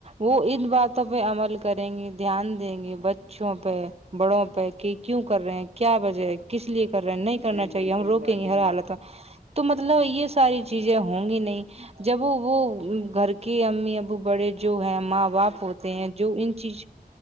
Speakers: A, on the right; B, on the right.
A: وہ ان باتوں پہ عمل کریں گے دھیان دیں گے بچوں پہ بڑوں پہ کہ کیوں کر رہے ہیں کیا وجہ ہے کس لیے کر رہے ہیں نہیں کرنا
B: جی بالکل
A: چاہیے ہم روکیں
B: باجی
A: گے ہر حالت تو مطلب یہ ساری چیزیں ہوں گی نہیں جب وہ وہ گھر کی امی ابو بڑے جو ہے ماں باپ ہوتے ہیں جو ان چیز